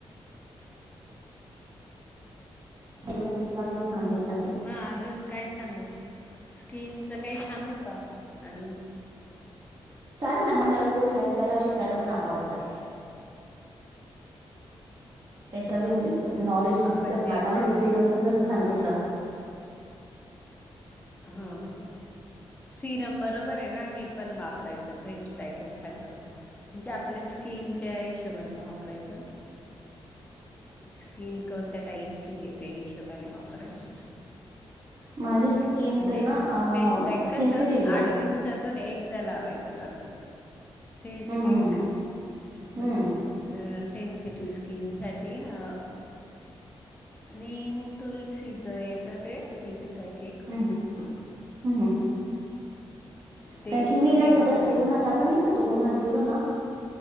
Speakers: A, on the right; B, on the left.
A: त <inaudible> विली <inaudible> रा <inaudible>
B: म अजून काय सांगू? स्कीिनच काही सांगू का? अजून
A: चालेल ना, मला नवीन गोष्ट ऐकायला शिकायला. पण आवडतात. त्यात नवीन लिहितो नॉलेज
B: आपण
A: तिथंच ना मला
B: अ,
A: जे सिरमच जस
B: हां
A: सांगितलं.
B: ह ह.. सिरम बरोबर आहे ना हे पण वापरायचं फेसपॅक एखादं, ते आपल्या स्किनच्या हिशोबाने वापरायचं! स्किन कोणत्या टाईपची आहे त्या हिशोबाने वापरायचं.
A: माझी
B: फेस
A: स्किन,
B: पॅक म्हणजे
A: तर ना अ
B: फेसपॅक
A: सेन्सिटिव्ह
B: कस आठ
A: आहे जास्त.
B: दिवस, सातून एकदा लावायचं फारतर सेन्सिटीव्ह
A: हं, हं,
B: हे
A: हं.
B: ना मग
A: हं,
B: तुम, अ सेनसिटिव स्किनसाठी अ, निम तुलसीचं येतं ते फेस पॅक एक,
A: हम्म, हम्म हम्,
B: ते
A: कारण की मी ना
B: ते वापरायचं
A: जर जास्त उन्हात
B: फक्त
A: आपण नाही उन्हात गेलो ना.